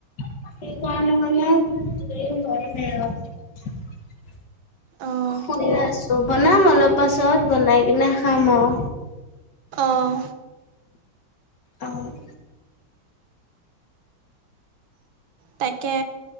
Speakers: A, on the left (about 55°); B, on the right (about 80°).
A: সেইকাৰণে মানে ন নাই আৰু।
B: অঁ
A: শুয়ে আছো বনাম অলপ পাছত বনাই কিনে খাম আৰু।
B: অঁ
A: অ'।
B: তাকে,